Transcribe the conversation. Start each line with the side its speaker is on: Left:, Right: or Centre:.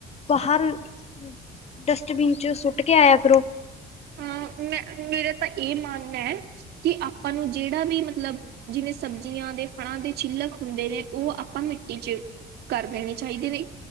Left: ਬਾਹਰ ਅੱ <unintelligible> ਡਸਟਬਿਨ 'ਚ ਸੁੱਟ ਕੇ ਆਇਆ ਕਰੋ
Right: ਹਾਂ ਮੈਂ ਮੇਰਾ ਤਾਂ ਇਹ ਮੰਨ ਹੈ, ਕਿ ਆਪਾਂ ਨੂੰ ਜਿਹੜਾ ਵੀ ਮਤਲਬ ਜਿਵੇਂ ਸਬਜ਼ੀਆਂ ਦੇ ਫਲਾਂ ਦੇ ਛਿੱਲਕ ਹੁੰਦੇ ਨੇ, ਉਹ ਆਪਾਂ ਮਿੱਟੀ ਚ ਕਰ ਦੇਣੇ ਚਾਹੀਦੇ ਨੇ।